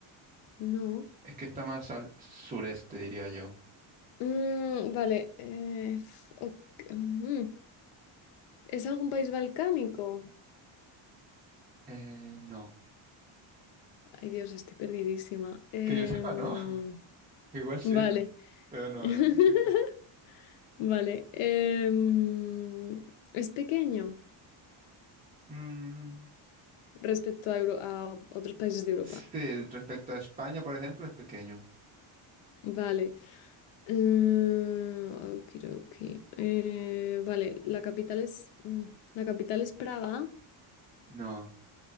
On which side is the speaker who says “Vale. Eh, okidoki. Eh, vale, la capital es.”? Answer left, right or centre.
Left